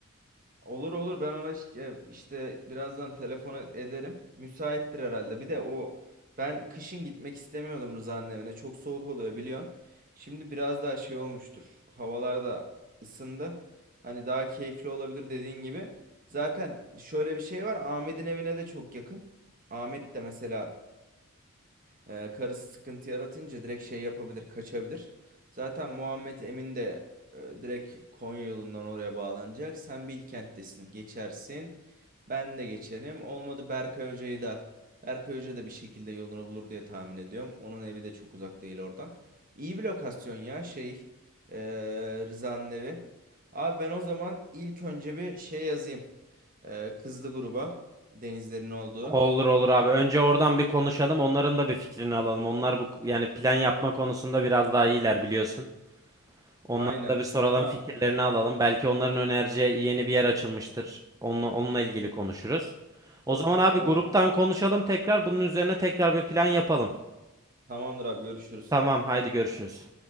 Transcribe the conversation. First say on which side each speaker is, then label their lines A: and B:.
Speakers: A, on the right; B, on the right.
A: Olur olur ben ona iş- e, işte birazdan telefon e- ederim. Müsaittir herhalde. Bir de o ben kışın gitmek istemiyordum Rıza'nın evine. Çok soğuk oluyor biliyorsun. Şimdi biraz daha şey olmuştur. Havalar da ısındı. Hani daha keyifli olabilir dediğin gibi. Zaten şöyle bir şey var. Ahmet'in evine de çok yakın. Ahmet de mesela ee, karısı sıkıntı yaratınca direkt şey yapabilir, kaçabilir. Zaten Muhammed Emin de e, direkt Konya yolundan oraya bağlanacak. Sen Bilkent'tesin, geçersin. Ben de geçerim. Olmadı Berkay Hoca'yı da. Berkay Hoca da bir şekilde yolunu bulur diye tahmin ediyorum. Onun evi de çok uzak değil oradan. İyi bir lokasyon ya şey e, Rıza'nın evi. Abi ben o zaman ilk önce bir şey yazayım. E, kızlı gruba denizlerin olduğu.
B: Olur olur abi. Önce oradan bir konuşalım. Onların da bir fikrini alalım. Onlar bu yani plan yapma konusunda biraz daha iyiler biliyorsun. Onlara
A: Aynen.
B: da bir soralım,
A: Sonra
B: fikirlerini alalım. Belki onların önereceği yeni bir yer açılmıştır. Onunla, onunla ilgili konuşuruz. O
A: o-
B: zaman abi
A: olur.
B: gruptan konuşalım tekrar. Bunun üzerine tekrar bir plan yapalım.
A: Tamamdır abi görüşürüz.
B: Tamam, haydi görüşürüz.